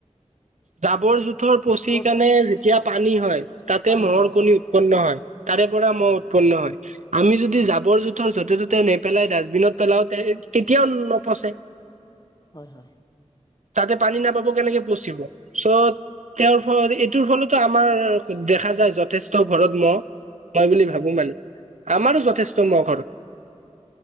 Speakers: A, on the right; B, on the left.
A: জাবৰ-জোথৰ পচি
B: ক'ত
A: কেণে যেতিয়া পানী হয়, তাতে
B: পানী
A: ম'হৰ
B: হয়
A: কণী উৎপন্ন হয়। তাৰে পৰা ম'হ
B: হয়
A: উৎপন্ন হয়। আমি যদি জাবৰ-জোথৰ য'তে ত'তে নেপেলাই ডাষ্টবিনত পেলাও তে কেতিয়াও নপচে।
B: হয়-হয়।
A: তাতে পানী নাপাব কেনেকে পচিব। চ'- তেওঁৰ ফলত এইটোৰ ফলতো আমাৰ দেখা যায় যথেষ্ট ঘৰত ম'হ। হয় বুলি
B: উম
A: ভাবো মানে, আমাৰো যথেষ্ট মহ ঘৰত।